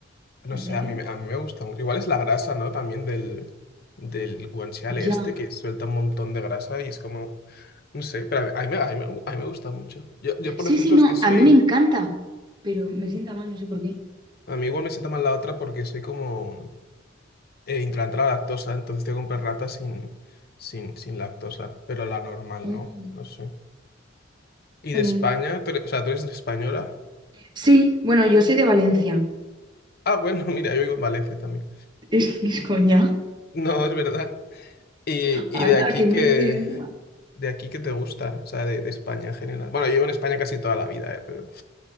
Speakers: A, on the left; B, on the right.
A: No
B: Así
A: sé, a
B: que
A: mí, me- a mí me gusta mucho. Igual es la grasa, ¿no? También del, del guanciale
B: ya.
A: este, que suelta un montón de grasa y es como, no sé, pero a mí, a mí me, a mí me- a mí me gusta mucho. Yo, yo, por
B: Sí,
A: ejemplo,
B: sí, no,
A: es que soy,
B: a mí me encanta, pero me sienta mal, no sé por qué.
A: a mí igual me sienta mal la otra porque soy como... eh, intolerante a la lactosa, entonces tengo que comprar rata sin, sin, sin lactosa, pero la normal
B: Mm,
A: no, no sé. ¿Y de
B: jolín.
A: España? ¿Tú eres- o sea, ¿tú eres española?
B: Sí, bueno, yo soy de Valencia. <laughs>
A: Ah, bueno, <laughs> mira, yo vivo en Valencia también.
B: Es, es coña.
A: No, es verdad. Y,
B: ¡Hala,
A: y de aquí
B: qué
A: que,
B: coincidencia!
A: de aquí que te gusta, o sea, de, de España en general. Bueno, yo vivo en España casi toda la vida, eh, pero